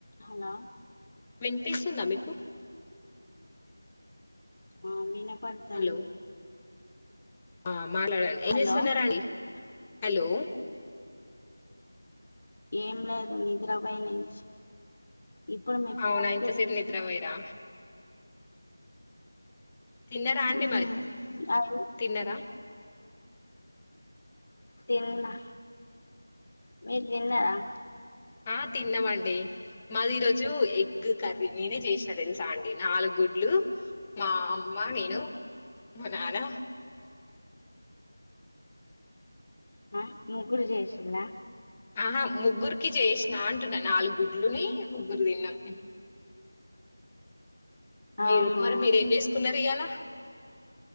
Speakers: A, on the left; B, on the left.
A: Hello.
B: వినిపిస్తుందా మీకు.
A: ఆ వినపడ్తాంది.
B: హలో ఆ మాట్లాడండి.
A: హలో
B: ఏం చేస్తున్నారండి. హలో.
A: ఏం లేదు నిద్రపోయినించి ఇప్పుడు మీ ఫోన్
B: అవునా ఇంతసేపు
A: కే లేసిన
B: నిద్రపోయిరా తిన్నారా
A: హ్మ్.
B: అండి మరి
A: అవును.
B: తిన్నారా
A: తిన్నా మీర్తిన్నారా.
B: ఆ తిన్నమండి. మాది ఈరోజ్ జు ఎగ్ కర్రీ నేనే చేసినా తెలుసా అండి. నాలుగు గుడ్లు మా అమ్మ నేను. మా నాన్న.
A: ఆ ముగ్గురు చెసిండ్రా
B: ఆహా! ముగ్గురికి చేసినా అంటున్నా నాలుగ్గుడ్లుని ముగ్గురు తిన్నాం. మీరు
A: ఆహా
B: మరి మీరేం చేసుకున్నారియాళ.